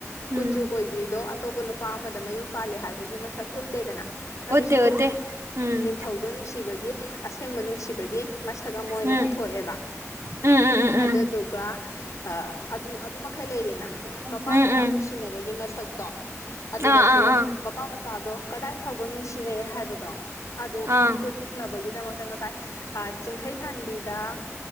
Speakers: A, on the left; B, on the right.
A: ꯀꯨꯆꯨ
B: ꯎꯝ
A: ꯀꯣꯏꯕꯤꯗꯣ ꯑꯇꯣꯞꯄ ꯅꯨꯄꯥ ꯑꯃꯗ ꯃꯌꯨꯝ ꯄꯥꯜꯂꯦ ꯍꯥꯏꯕꯒꯤ ꯃꯁꯛ ꯎꯠꯇꯦꯗꯅ ꯑꯗꯨꯁꯨ
B: ꯎꯠꯇꯦ ꯎꯠꯇꯦ ꯎꯝ
A: ꯅꯤꯡꯊꯧꯗꯣ ꯅꯨꯡꯁꯤꯕꯒꯤ ꯑꯁꯦꯡꯕ ꯅꯨꯡ ꯑꯁꯤꯕꯒꯤ ꯃꯁꯛ ꯑꯃ ꯑꯣꯏꯅ
B: ꯎꯝ
A: ꯄꯨꯊꯣꯛꯑꯦꯕ
B: ꯎꯝ ꯎꯝ
A: ꯑꯗꯨꯗꯨꯒ
B: ꯎꯝ ꯎꯝ
A: ꯑꯗꯨ ꯑꯗꯨꯃꯩ ꯂꯩꯔꯦꯅ ꯃꯄꯥ
B: ꯎꯝ
A: ꯃꯆꯥ
B: ꯎꯝ
A: ꯅꯨꯡꯁꯤꯅꯕꯒꯤ ꯃꯁꯛꯇꯣ ꯑꯗꯨꯗꯁꯨ
B: ꯑꯥ ꯑꯥ ꯑꯥ
A: ꯃꯄꯥ ꯃꯆꯥꯗꯣ ꯀꯗꯥꯏ ꯐꯥꯎꯕ ꯅꯨꯡ ꯁꯤꯟꯅꯩ ꯍꯥꯏꯕꯗꯣ ꯑꯗꯣ
B: ꯑꯥ
A: ꯎꯠꯅꯕꯒꯤ ꯅ ꯉꯁꯥꯏ ꯆꯤꯡꯈꯩ ꯊꯥꯟꯕꯤꯗ